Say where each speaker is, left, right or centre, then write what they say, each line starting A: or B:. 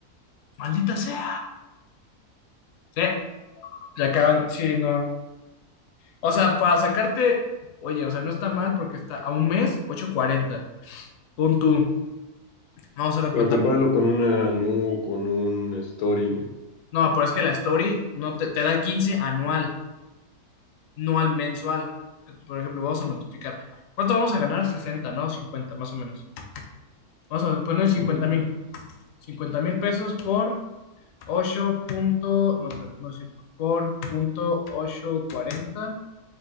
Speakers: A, on the left; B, on the left.
A: Maldita sea. Sí, ya acaban. Sí, no. O sea, para sacarte. Oye, o sea, no está mal porque está a un mes ocho cuarenta Pon tú. Vamos a la
B: Pero
A: cuenta.
B: compáralo con una Nu, con un Story,
A: No, pero es que la story no te, te da 15 anual, no al mensual. Por ejemplo, vamos a multiplicar. ¿Cuánto vamos a ganar? sesenta ¿no? cincuenta más o menos. Vamos a poner cincuenta
B: ujú,
A: mil. cincuenta mil pesos por 8 punto, no, pues, no es cierto, por punto ocho cuarenta